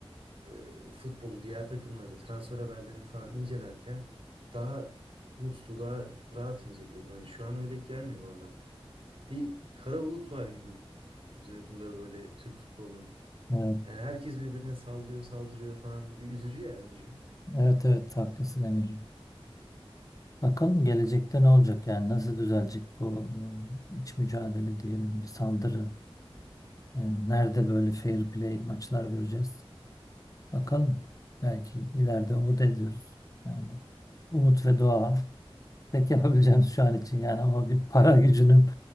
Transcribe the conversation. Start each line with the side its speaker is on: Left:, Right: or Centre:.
Right: e, futbolu, diğer takımları, transfer haberlerini falan incelerken daha mutlu, daha rahat inceliyordum. Hani şu an öyle gelmiyor bana. Bir kara bulut var gibi üzerinde böyle Türk futbolunun.
Left: Evet.
Right: Yani herkes birbirine sallıyor, saldırıyor falan. Bir üzücü ya durum.
Left: Evet evet haklısın Emir. Bakalım gelecekte ne olacak yani nasıl düzelecek bu e, iç mücadele diyelim bir saldırı. E, nerede böyle fair play maçlar göreceğiz? Bakalım. Belki ileride umut ediyoruz. Yani umut ve dua tek yapabileceğimiz şu an için yani ama bir para gücünün